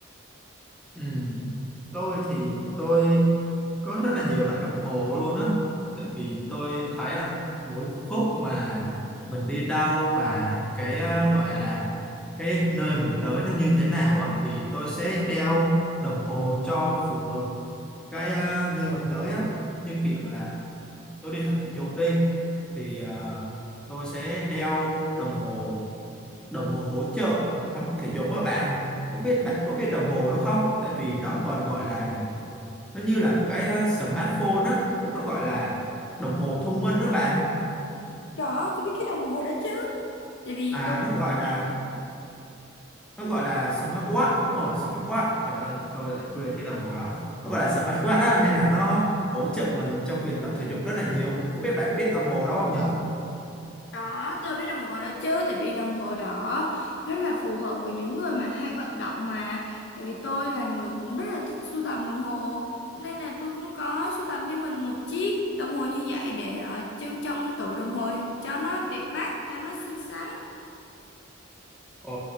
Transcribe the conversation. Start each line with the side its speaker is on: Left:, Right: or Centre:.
Centre: ừm, tôi thì tôi có rất là nhiều loại đồng hồ luôn á tại vì tôi thấy là mỗi khúc mà mình đi đâu và cái ờ, gọi là cái nơi mình tới nó như thế nào á thì tôi sẽ đeo đồng hồ cho phù hợp cái ờ, nơi mình tới á như kiểu là tôi đi tập thể dục đi thì ờ, tôi sẽ đeo đồng hồ đồng hồ hỗ trợ tập thể dục các bạn không biết bạn có biết đồng hồ đó không tại vì đó còn gọi là nó như là một cái ờ, smartphone á nó gọi là đồng hồ thông minh đó bạn
Left: có tôi biết cái đồng hồ đó chứ tại vì
Centre: à
Left: tôi
Centre: nó
Left: cũng
Centre: gọi là
Left: khá
Centre: nó gọi là smartwatch đúng rồi smartwatch trời ơi tôi lại quên cái đồng hồ đó nó gọi là smartwatch á nên là nó hỗ trợ mình trong việc tập thể dục rất là nhiều không biết bạn biết đồng hồ đó không nhỉ
Left: Có, tôi biết đồng hồ đó chứ, tại vì đồng hồ đó rất là phù hợp với những người mà hay vận động mà. Tại vì tôi là người cũng rất là thích sưu tầm đồng hồ, nên là tôi cũng có sưu tầm cho mình một chiếc đồng hồ như vậy để ờ, trưng trong tủ đồng hồ cho nó đẹp mắt, cho nó xinh xắn.
Centre: Ờ,